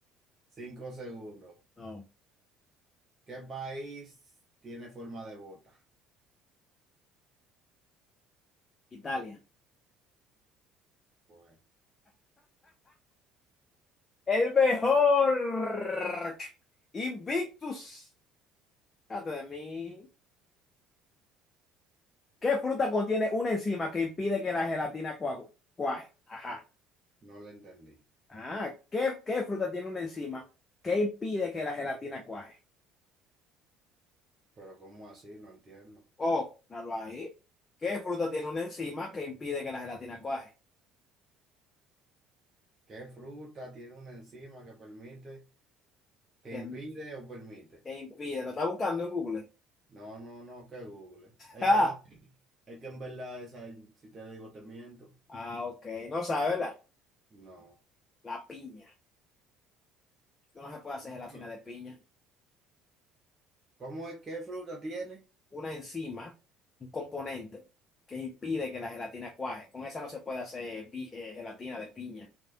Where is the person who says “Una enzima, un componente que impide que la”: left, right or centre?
Left